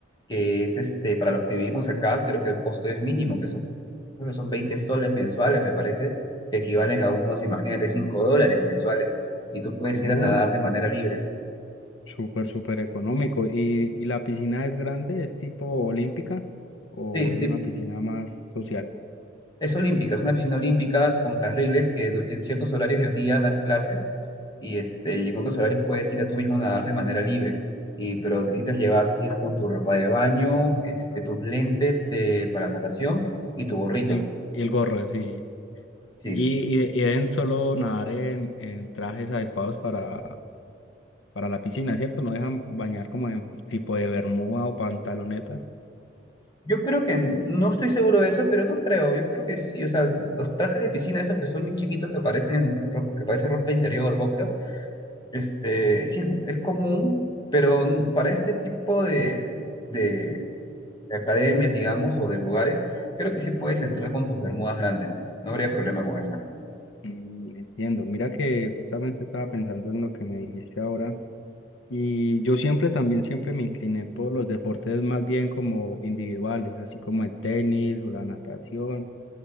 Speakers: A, on the left; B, on the left.
A: que es este, para los que vivimos acá, creo que el costo es mínimo, que son, creo que son 20 soles mensuales, me parece, que equivalen a unos, imagínate, 5 dólares mensuales y tú puedes
B: uf,
A: ir a nadar de manera libre.
B: súper, súper económico. ¿Y, y la piscina es grande, es tipo olímpica o
A: Sí, sí,
B: es una piscina más social?
A: es olímpica, es una piscina olímpica con carriles que du- en ciertos horarios del día dan clases y, este, y en otros horarios puedes ir a tú mismo a nadar de manera libre. Y, pero necesitas llevar, ir con tu ropa de baño, este, tus lentes de- para natación y tu gorrito.
B: Y el, y el gorro, sí.
A: Sí,
B: Y, y, y deben solo nadar en, en trajes adecuados para, para la piscina, ¿cierto? No dejan bañar como en tipo de bermuda o pantalonetas.
A: yo creo que no estoy seguro de eso, pero no creo. Yo creo que sí, o sea, los trajes de piscina, esos que son bien chiquitos que parecen ropa, que parecen ropa interior, boxer, Este, sí, es, es común, pero para este tipo de, de- de academias, digamos, o de lugares, creo que sí puedes entrar con tus bermudas grandes. No habría problema con esa.
B: Mm, Entiendo. Mira que justamente estaba pensando en lo que me dijiste ahora. Y yo siempre también, siempre me incliné por los deportes más bien como individuales, así como el tenis o la natación.